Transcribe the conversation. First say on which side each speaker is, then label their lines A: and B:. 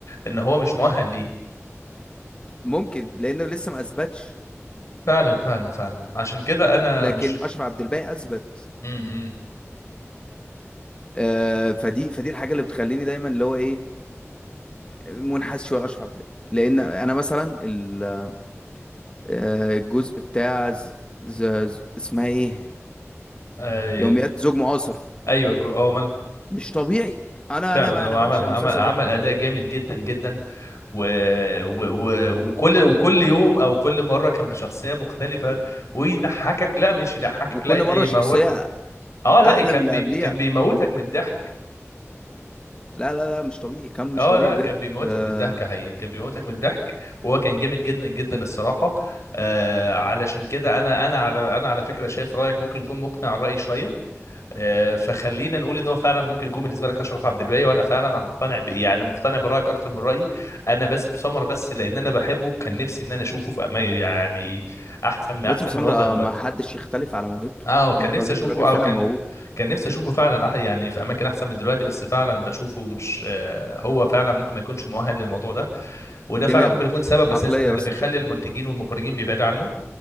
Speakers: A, on the left; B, on the left.
A: ان هو مش مؤهل ليه
B: ممكن لانه لسه ما اثبتش
A: فعلا فعلا فعلا عشان كده انا
B: لكن
A: مش
B: اشرف عبد الباقي اثبت
A: امم
B: آه، فدي فدي الحاجه اللي بتخليني دايما اللي هو ايه منحاز شويه لاشرف عبد الباقي لان انا مثلا ال- آه، الجزء بتاع ز... ز... ز... اسمها ايه
A: ايوه
B: يوميات زوج معاصر
A: ايوه الجو- اه ماله
B: مش طبيعي انا
A: فعلا
B: انا بقى
A: هو
B: انا
A: عمل
B: بعشق
A: عمل
B: المسلسل
A: عمل
B: ده
A: اداء جامد جدا جدا و... و... و... وكل وكل يوم او كل مره كان بشخصيه مختلفه ويضحكك لا مش يضحكك
B: وكل
A: لا ده
B: مره
A: يموت
B: شخصيه
A: اه لا
B: احلى
A: كان
B: من اللي
A: بي...
B: قبليها
A: كان بيموتك من الضحك
B: لا لا لا مش طبيعي كم
A: اه
B: مش طبيعي
A: لا
B: بجد
A: كان بيموتك
B: آه،
A: من الضحك حقيقي كان بيموتك من الضحك وهو كان جامد جدا جدا الصراحه آه علشان كده انا انا على انا على فكره شايف رايك ممكن يكون مقنع الراي شويه آه فخلينا نقول ان هو فعلا ممكن يكون بالنسبه لك اشرف عبد الباقي وانا فعلا مقتنع ب... يعني مقتنع برايك اكتر من رايي انا باسم سمر بس لان انا بحبه كان نفسي ان انا اشوفه في أما... يعني احسن احسن
B: باسم سمرة
A: من الوضع دلوقتي
B: ما حدش يختلف على موهبته
A: اه كان
B: يعني
A: نفسي
B: الراجل
A: اشوفه
B: الراجل فعلا
A: اه كان
B: موهوب
A: كان نفسي اشوفه فعلا أح- يعني في اماكن احسن من دلوقتي بس فعلا بشوفه مش آه، هو فعلا ممكن ما يكونش مؤهل للموضوع ده وده
B: دماغه
A: فعلا ممكن يكون سبب اساسا
B: عقليه
A: اللي
B: بس
A: بيخلي
B: مش اكتر
A: المنتجين والمخرجين بيبعدوا عنه